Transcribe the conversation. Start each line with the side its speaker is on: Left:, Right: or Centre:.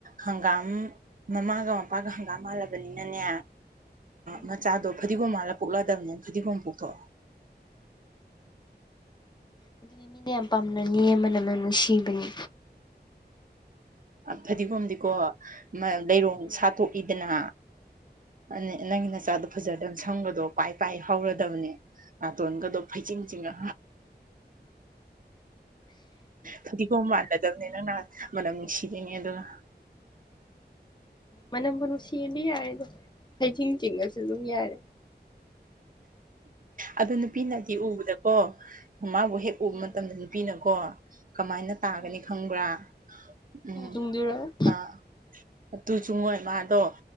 Right: ꯍꯪꯒꯥꯝ ꯃꯃꯥꯒ ꯃꯄꯥꯒ ꯍꯪꯒꯥꯝ ꯃꯥꯜꯂꯕꯅꯤꯅꯅꯦ
Left: ꯎꯝ
Right: ꯃꯆꯥꯗꯣ
Left: ꯎꯝ
Right: ꯐꯗꯤꯒꯣꯝ ꯃꯥꯜꯂ ꯄꯣꯛꯂꯛꯑꯥꯗꯕꯅꯦ ꯐꯗꯤꯒꯣꯝ ꯄꯣꯛꯊꯣꯛꯑꯣ
Left: ꯑꯗꯨꯗꯤ ꯃꯤꯅ ꯌꯥꯝ ꯄꯥꯝꯅꯅꯤ ꯃꯅꯝ ꯅꯨꯡꯁꯤꯕꯅꯤ
Right: ꯐꯗꯤꯒꯣꯝꯗꯤꯀꯣ ꯂꯩꯔꯣꯡ
Left: ꯎꯝ
Right: ꯁꯥꯠꯇꯣꯛꯏꯗꯅ ꯑ ꯅꯪꯒꯤ ꯅꯆꯥꯗꯣ ꯐꯖꯔꯗꯕꯅꯦ ꯁꯝꯒꯗꯣ ꯄꯥꯏ ꯄꯥꯏ ꯍꯧꯔꯗꯕꯅꯤ ꯅꯥꯇꯣꯟꯒꯗꯣ ꯐꯩꯖꯤꯡ ꯆꯤꯡꯉ ꯐꯗꯤꯒꯣꯝ ꯃꯥꯜꯂꯗꯕꯅꯦ ꯅꯪꯅ ꯅꯍꯥꯟ ꯃꯅꯝ <unintelligible> ꯅꯨꯡꯁꯤꯗꯣꯏꯅꯦ ꯑꯗꯨꯅ
Left: ꯃꯅꯝꯕꯨ ꯅꯨꯡꯁꯤꯔꯗꯤ ꯌꯥꯔꯦꯗ ꯍꯩꯊꯤꯡ ꯊꯤꯡꯉꯁꯨ ꯑꯗꯨꯝ ꯌꯥꯔꯦ
Right: ꯑꯗꯨ ꯅꯨꯄꯤꯅꯗꯤ ꯎꯕꯗꯀꯣ ꯃꯥꯕꯨ ꯍꯦꯛ ꯎꯕ
Left: ꯎꯝ
Right: ꯃꯇꯝꯗ ꯅꯨꯄꯤꯅꯀꯣ ꯀꯃꯥꯏꯅ ꯇꯥꯒꯅꯤ
Left: ꯎꯝ
Right: ꯈꯪꯕ꯭ꯔꯥ ꯎꯝ
Left: ꯇꯨ ꯆꯨꯡꯗꯣꯏꯔꯣ
Right: ꯑ ꯑꯗꯨꯁꯨ ꯃꯣꯏꯃꯥꯗꯣ